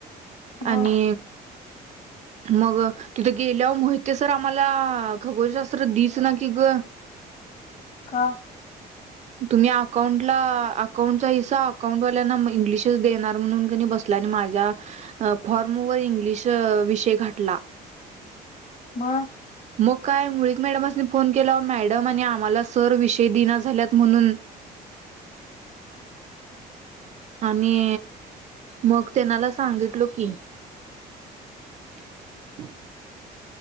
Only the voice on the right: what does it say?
आणि मग तिथे गेल्यावर मोहिते सर आम्हाला खगोलशास्त्र दिस सना कि ग
तुम्ही अकाउंटला अकाउंटचा हिसा अकाउंटवाल्यांना इंग्लिशच देणार म्हणून बसलाय ना माझ्या फॉर्म वर इंग्लिश विषय घटला.
मग काय मुळीक मॅडमसनी फोन केला, मॅडम आणि आम्हाला सर विषय दिना झाल्यात म्हणून. आणि मग त्यांनाला सांगितलो की <inaudible>